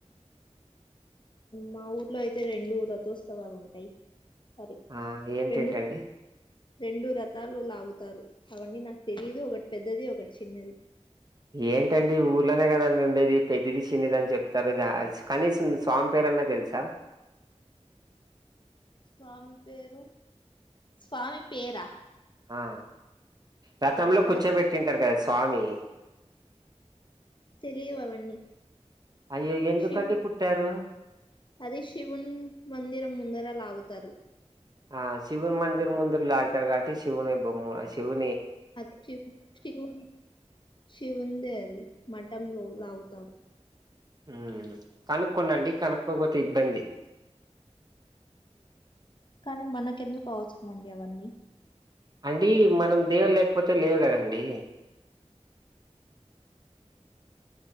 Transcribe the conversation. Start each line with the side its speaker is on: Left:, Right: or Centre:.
Left: మా ఊర్లో అయితే రెండు రథోత్సవాలు ఉంటాయి సారీ
Right: ఆ ఏంటేంటండి
Left: రెండు రెండు రథాలు లాగుతారు అవన్నీ నాకు తెలీదు ఒకటి పెద్దది ఒకటి చిన్నది
Right: ఏంటండి ఊర్లోనే కదండి ఉండేది పెద్దది చిన్నిది అని చెప్తారు ద కనీసం స్వామి పేరన్నా తెలుసా
Left: స్వామి పేరు స్వామి పేరా
Right: ఆ రతంలో
Left: అద
Right: కూర్చోబెట్టింటారు కదా స్వామి
Left: తెలియివ్ అవన్నీ
Right: అయ్యో ఎందుకండి
Left: శివ్
Right: పుట్టారు
Left: అది శివున్ మందిరం ముందర లాగుతారు
Right: ఆ శివుని మందిర్ ముందుర్లు లాగుతారు కావట్టి శివుని బొమ్మ శివు
Left: అది శివ్ శివున్ శివుందే అది మాటంలో లాగుతారు
Right: ఉమ్ కనుక్కోండండి కనుక్కోపోతే ఇబ్బంది
Left: కానీ మనకెందుకు అవసరమా అండి అవన్నీ
Right: అండి మనం దేవుడు లేకపోతే లేవు కదండి